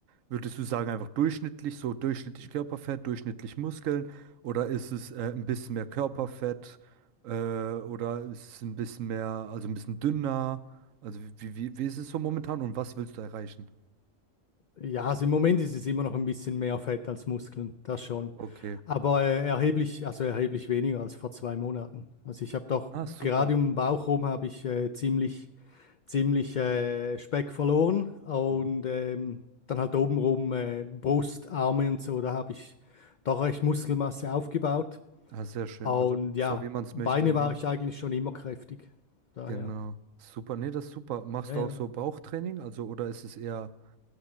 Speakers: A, on the right; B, on the left.
A: würdest du sagen, einfach durchschnittlich, so durchschnittlich Körperfett, durchschnittlich Muskeln? Oder ist es äh, ein bisschen mehr Körperfett? Äh, oder ist es ein bisschen mehr, also ein bisschen dünner? Also wie, wie, wie ist es so momentan und was willst du erreichen?
B: Ja, also im Moment ist es immer noch ein bisschen mehr Fett als Muskeln, das schon.
A: Okay.
B: Aber äh, erheblich, also erheblich weniger als vor zwei Monaten. Also ich habe doch
A: Ah, super.
B: gerade um den Bauch rum habe ich äh, ziemlich, ziemlich äh, Speck verloren und
A: Mhm.
B: ähm, dann halt obenrum äh, Brust, Arme und so, da habe ich doch recht Muskelmasse aufgebaut.
A: Ah, sehr schön.
B: Und
A: Also
B: ja,
A: so wie man es
B: Beine
A: möchte, oder?
B: war ich eigentlich schon immer kräftig. Daher,
A: Genau. Super. Nee, das ist super. Machst
B: ja,
A: du
B: ja.
A: auch so Bauchtraining? Also, oder ist es eher,